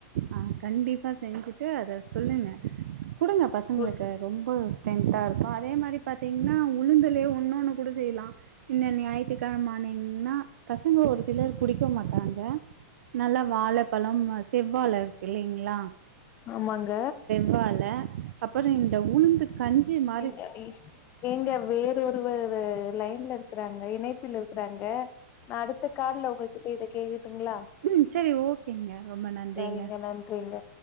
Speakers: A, on the right; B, on the left.
A: ஆ கண்டிப்பா செஞ்சுட்டு அத சொல்லுங்க குடுங்க பசங்ளுக்கு
B: உ
A: ரொம்ப ஸ்ட்ரெந்தா இருக்கு அதே மாரி பாத்தீங்கன்னா உளுந்துலயே ஒன்னொனு கூட செய்லா இந்த ஞாயித்து கழமானிங்ன்னா பசங்க ஒரு சிலர் குடிக்க மாட்டாங்க நல்லா வாழ பழம் செவ்வாழ இருக்கு இல்லிங்ளா
B: ஆமாங்க
A: பால அப்பறோ இந்த உளுந்து கஞ்சிமா
B: எங்க எங்க வே று ஒருவரு லைன்ல இருக்குறாங்க இணைப்பில் இருக்குறாங்க நா அடுத்த கால்ல உங்ககிட்ட இத கேக்கட்டுங்ளா
A: ம் செரி ஓகேங்க ரொம்ப நன்றிங்க
B: சரிங்க நன்றிங்க